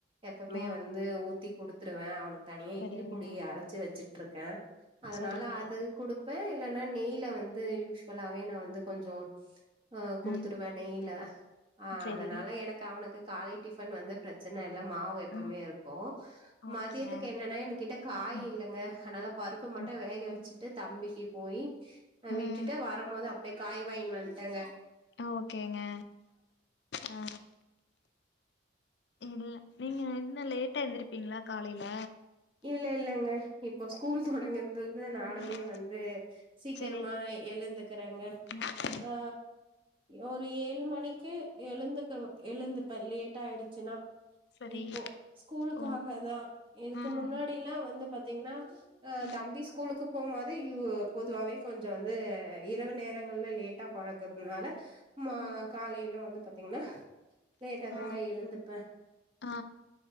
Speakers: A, on the right; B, on the left.
A: எப்ப மே
B: ஆ
A: வந்து ஊத்தி குடுத்ருவே அவனுக்கு தனியா
B: சரிங்க,
A: இட்லி பொடி அரச்சி வச்சிட்ருக்க அதனால
B: சரிங்க.
A: அது குடுப்ப இல்லன்னா நெய்ல வந்து யூஷ்வலாவே நா வந்து கொஞ்சொ ஆ குடுத்துருவே
B: ம்
A: நெய்ல ஆ
B: சரி.
A: அதனால எனக்கு அவனுக்கு காலை டிஃபன் வந்து ப்ரச்சன இல்ல மாவு எப் பமே
B: ம்
A: இருக்கு
B: ஓகேங்க.
A: மதியத்துக்கு என்னன்னா என்கிட்ட காய்
B: ம்
A: இல்லங்க அனால பருப்ப மட்டு
B: ம்
A: வேக வச்சிட்டு தம்பிக்கி போயி அ
B: ம்
A: விட்டுட்டு வரம் போது அப் டியே காய் வாய்னு வன்ட்டங்க
B: ஆ ஓகேங்க ஆ இல்ல நீங்க இன்ன லேட்டா எந்திருப்பீங்ளா காலையில
A: இல்ல இல்லங்க இப்போ ஸ்கூல் தொடங்கன்து து நானுமே
B: ம்
A: வந்து சீக்கிரமா
B: சரி.
A: எழுந்துக்குறங்க
B: ம்
A: ஆ ஒரு ஏழு மணிக்கு எழுந்துக்க எழுந்துப்ப லேட்டாய்டுச்சுனா
B: சரி
A: இப்போ ஸ்கூலுக்காக
B: ஓ
A: தா இதுக்கு
B: ம்
A: முன்னாடில்லா வந்து பாத்தீங்னா ஆ
B: ம்
A: தம்பி ஸ்கூலுக்கு போம்போது வ் பொதுவாவே கொஞ்சொ வந்து இரவு நேரங்கள்ல லே ட்டா படக்கற்துனால மா
B: ம்
A: காலைல வந்து பாத்தீங்னா லேட்டா
B: ஆ
A: தாங்க எழுந்துப்ப
B: ஆ